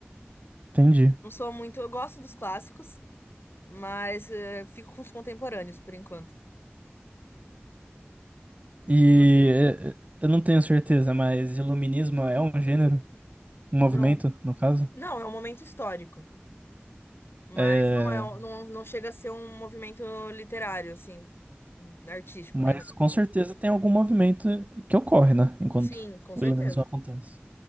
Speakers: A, on the right; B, on the left.
A: entendi.
B: Não sou muito. Eu gosto dos clássicos. mas eh, fico com os contemporâneos por enquanto.
A: E
B: E você?
A: é, é, eu não tenho certeza, mas iluminismo é um gênero? Um movimento,
B: Não,
A: no caso?
B: não, é um momento histórico, mas
A: É.
B: não é, um- não, não chega a ser um movimento literário, assim, artístico
A: Mas
B: nem nada.
A: com certeza tem algum movimento que ocorre, né? Enquanto
B: Sim, com
A: o
B: certeza.
A: Illuminus acontece.